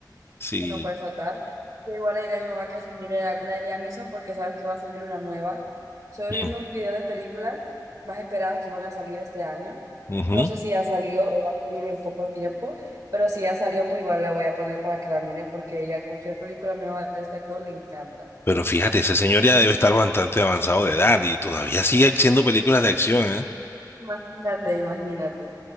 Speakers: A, on the left (about 30°); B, on the right (about 50°).
A: Sí.
B: Eso no puede faltar. Yo igual le diré a mi mamá que se mire alguna de Liam Neeson porque sabes que va a salir una nueva. Estoy
A: Mm,
B: viendo un video de películas más esperadas que van a salir este año.
A: ujú.
B: No sé si ya salió o va a salir en poco tiempo, pero si ya salió, pues igual la voy a poner para que la mire porque ella cualquier película nueva de este actor le encanta.
A: Pero fíjate, ese señor ya debe estar bastante avanzado de edad y todavía sigue haciendo películas
B: Mm,
A: de acción, ¿eh?
B: Imagínate, imagínate.